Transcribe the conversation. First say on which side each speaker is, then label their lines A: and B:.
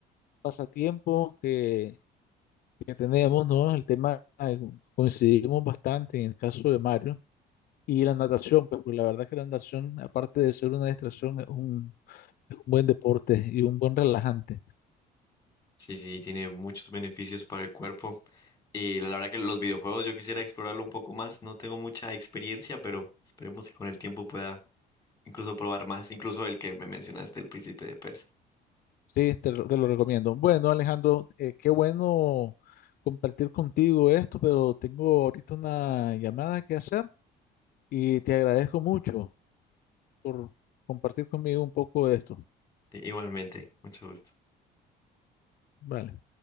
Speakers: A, on the left; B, on the left.
A: pasatiempos que, que tenemos, ¿no? El tema, eh, coincidimos bastante en el caso de Mario y la natación, pues, porque la verdad que la natación, aparte de ser una distracción, es un, es un buen deporte y un buen relajante.
B: Sí, sí, tiene muchos beneficios para el cuerpo. Y la verdad que los videojuegos yo quisiera explorarlo un poco más. No tengo mucha experiencia, pero esperemos que con el tiempo pueda incluso probar más, incluso el que me mencionaste, el Príncipe de Persa.
A: Sí, te, lo te lo recomiendo. Bueno, Alejandro, eh, qué bueno compartir contigo esto, pero tengo ahorita una llamada que hacer y te agradezco mucho por compartir conmigo un poco de esto.
B: E- Igualmente, mucho gusto.
A: Vale.